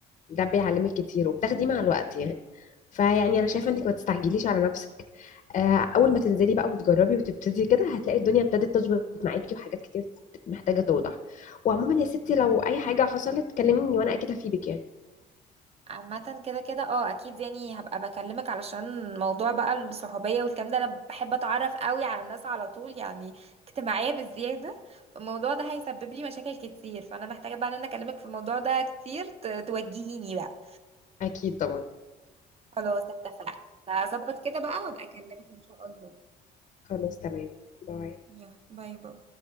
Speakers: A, on the left; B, on the right.
A: ده بيعلمك كتير وبتاخديه مع الوقت يعني فيعني انا شايفه انك ما تستعجليش على نفسك آه، اول ما تنزلي بقى وتجربي وتبتدي كده هتلاقي الدنيا ابتدت تظبط معاكي وحاجات كتير محتاجه توضح وعموما يا ستي لو اي حاجه حصلت كلميني وانا اكيد هفيدك يعني
B: عامة كده كده اه اكيد يعني هبقى بكلمك علشان موضوع بقى الصحوبية والكلام ده انا بحب اتعرف قوي على الناس على طول يعني اجتماعية بالزيادة فالموضوع ده هيسبب لي مشاكل كتير فانا محتاجة بقى ان انا اكلمك في الموضوع ده كتير ت- توجهيني بقى
A: اكيد طبعا
B: خلاص اتفقنا هظبط كده بقى وابقى اكلمك ان شاء الله
A: خلاص تمام باي
B: يلا باي باي